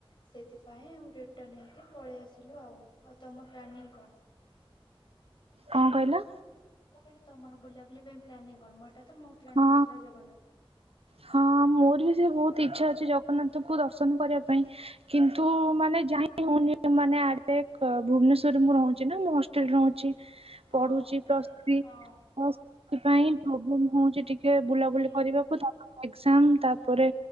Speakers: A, on the left (about 55°); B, on the right (about 80°).
A: ସେଇଥିପାଇଁ ଆଉ ରିଟନ୍‌ ହେଇକି ପଳେଇ ଆସିଲୁ ଆଉ ଆଉ ତମ ପ୍ଲାନିଂ କଣ?
B: କଣ କହିଲ?
A: ମୁଁ କହିଲି ତମର ବୁଲାବୁଲି ପାଇଁ ପ୍ଲାନିଂ କଣ ମୋ ଏଟା ତ ମୋ ପ୍ଲାନିଙ୍ଗ
B: ହଁ
A: ଥିଲା ଜଗନ୍ନାଥ୍
B: ହଁ ମୋର ବି ସେଇ ବହୁତ ଇଛା ଅଛି ଜଗନ୍ନାଥକୁ ଦର୍ଶନ କରିବା ପାଇଁ। କିନ୍ତୁ ମାନେ ଯାଇ
A: ହଁ
B: ହଉନି। ମାନେ ଆଡେ କ ଭୁବନେସ୍ଵରରେ ମୁଁ ରହୁଚି ନା ମୁଁ ହଷ୍ଟେଲରେ ରହୁଛି।
A: ହଁ
B: ପଢୁଚି ପ୍ଲସ ଥ୍ରି।
A: ହଁ
B: ସେଥିପାଇଁ ପ୍ରୋବ୍ଲେମ ହଉଚି ଟିକେ ବୁଲାବୁଲି
A: ହୁଁ
B: କରିବାକୁ। ଏକ୍ସାମ୍ ତାପରେ